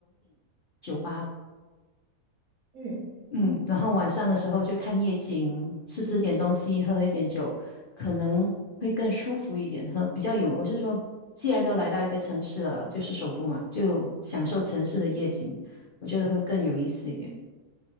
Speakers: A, on the left; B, on the right.
A: 吧，
B: 嗯。
A: 嗯，然后晚上的时候就看夜景，吃吃点东西，喝喝一点酒，可能会更舒服一点，和比较有，我是说，既然都来到一个城市了，就是首都嘛，就享受城市的夜景，
B: 嗯
A: 我觉得会更有意思一点。
B: 嗯。